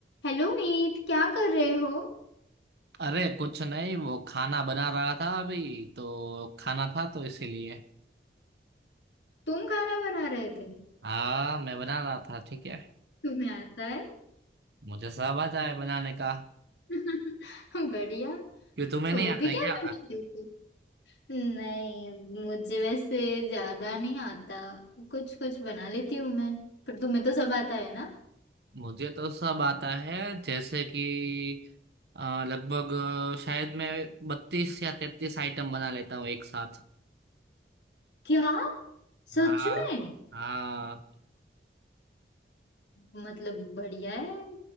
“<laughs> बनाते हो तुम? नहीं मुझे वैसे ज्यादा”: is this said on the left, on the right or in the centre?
Left